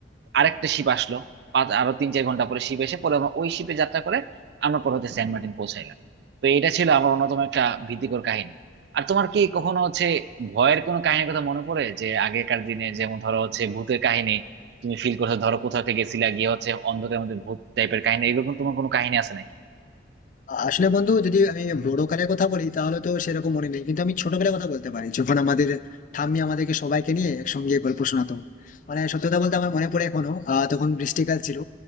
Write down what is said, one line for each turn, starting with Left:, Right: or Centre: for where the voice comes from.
Right: আরেকটা শিপ আসলো পাঁচ আরো তিন চার ঘন্টা পরে শিপ এসে পরে আমরা ওই শিপে যাত্রা করে আমরা পরে হচ্ছে সেন্ট মার্টিন পৌঁছাই তো এটা ছিল আমার অন্যতম একটা ভীতিকর কাহিনী আর তোমার কি কখনো হচ্ছে ভয়ের কোনো কাহিনীর কথা মনে পড়ে যে আগেকার দিনে যেমন ধরো হচ্ছে ভূতের কাহিনী তুমি ফিল করছো ধরো কোথাও থেকে গেছিলা গিয়ে হচ্ছে অন্ধকারের মধ্যে ভূত টাইপের কাহিনী এরকম তোমার কোনো কাহিনী আছে নাকি
Left: আসলে বন্ধু যদি আমি বড়কালের কথা বলি তাহলে তো সেরকম মনে নেই কিন্তু আমি ছোটবেলার কথা বলতে পারি যখন আমাদের ঠাম্মি আমাদেরকে সবাইকে নিয়ে একসঙ্গে গল্প শোনাতো মানে সত্যি কথা বলতে আমার মনে পড়ে এখনো আহ তখন বৃষ্টিকাল ছিল